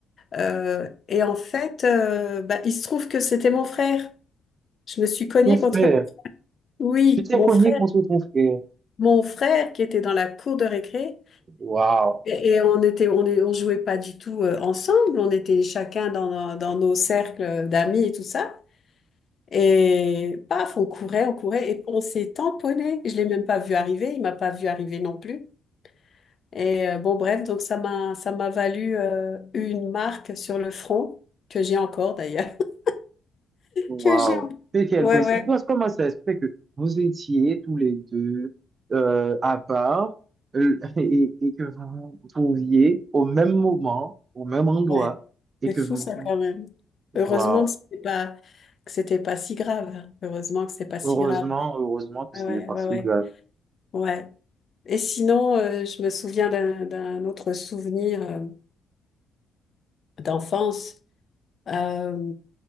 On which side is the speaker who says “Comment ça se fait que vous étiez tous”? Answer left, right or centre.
Right